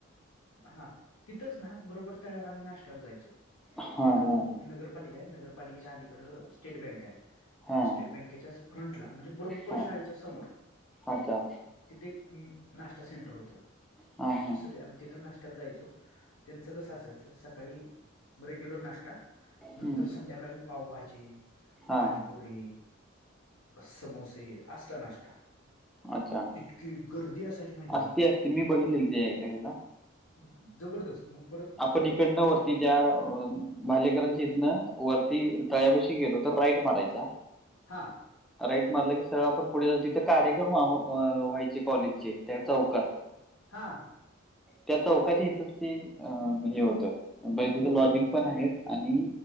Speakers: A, on the left; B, in the centre.
A: हा तिथंच नाक बरोबर तळवर आम्ही नाश््याला जायचो.
B: हा
A: तिथं
B: हा
A: नगरपालिका आहे नगरपालिकेच्या आधकड. स्टेट बँक आहे
B: हा
A: मग स्टेट बँकेच्या फ्रंटला म्हणजे बरोबर
B: हा
A: शाळेच्या समोर
B: अच्छा.
A: तिथे एक नाश्ता सेंटर होतं.
B: हा हा
A: म सग आ तिथं नाश्त्याला जायचो त्यांचं कसं असायचं सकाळी रेग्युलर नाश्ता नंतर
B: हम्म
A: संध्याकाळी पावभाजी
B: हा
A: पाणी पुरी समोसे असला नाश्ता.
B: अच्छा.
A: इतकी गर्दी असायची माहिती आहे
B: असते
A: का?
B: असते मी बघितलेला
A: का जबरदस्त मग परत
B: आपण इकड व ती त्या भालेकरांची हथनं वरती तळ्यापाशी गेलो तर राईट मारायचा.
A: हा.
B: राईट मारलं की सरळ आपण पुढे जाऊ तिथं कार्यक्रम व्हायचे कॉलेजचे त्या चौकात
A: हा.
B: त्या चौकाच्या इथच ते हे होतं बाई तिचं
A: हो
B: लॉजिक पण आहेत आणि